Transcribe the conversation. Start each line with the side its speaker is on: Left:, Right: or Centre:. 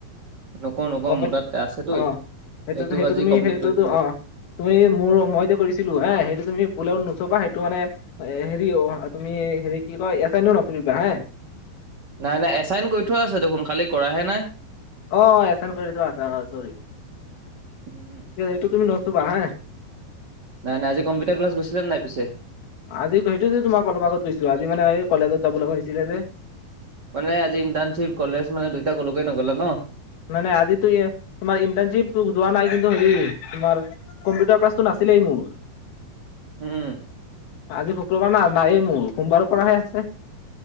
Right: নকওঁ নকওঁ
Left: গম
Right: মোৰ
Left: পাই
Right: তাত
Left: <inaudible>
Right: আছেতো
Left: অ'!
Right: এইটো
Left: সেইটোতো,
Right: এইটো
Left: সেইটো
Right: আজি
Left: তুমি
Right: কমপ্লিট
Left: সেইটোতো,
Right: কৰি দিলি
Left: অ'! তুমি মোৰ, মই যে কৰিছিলোঁ, হে! সেইটো তুমি ভুলেও নোচোবা। সেইটো মানে, সেৰি অ'! তুমি সেৰি, কি কয়! ইয়াতে এনেও নকৰিবা হা।
Right: নাই-নাই, এছাইন কৰি থোৱা আছে দেখোন, খালি কৰাহে নাই।
Left: অ অ এচাইন কৰি থোৱা আছে অ চৰি,
Right: উম।
Left: কিও এইটো তুমি নুচুবা হে।
Right: নাই নাই আজি কম্পিউটাৰ ক্লাছ গৈছিলা নাই পিছে?
Left: আজি সেইটো যে তোমাক অলপ আগত কৈছো আজি মানে এই কলেজত যাব লগা হৈছিলে যে।
Right: মানে আজি ইট্ণশ্বিপ কলেজ মানে দুইটা কলেকো নগলা ন।
Left: নাই নাই আজিতো ই তোমাৰ ইণ্টাৰ্ণশ্বিপ যোৱা নাই কিন্তু হেৰি তোমাৰ কম্পিউটাৰ ক্লাছটো নাছিলেই মোৰ।
Right: উম।
Left: আজি শুক্ৰবাৰ না নায়ে মোৰ। সোমবাৰৰ পৰাহে আছে।